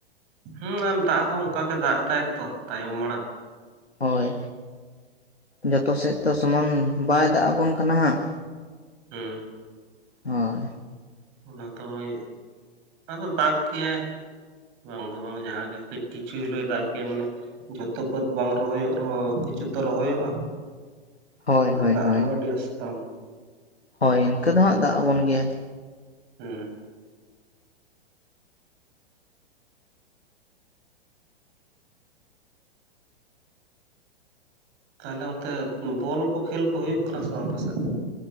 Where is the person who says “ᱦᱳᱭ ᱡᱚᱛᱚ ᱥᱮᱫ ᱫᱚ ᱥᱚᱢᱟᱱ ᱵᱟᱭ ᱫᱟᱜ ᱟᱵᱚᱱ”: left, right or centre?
Left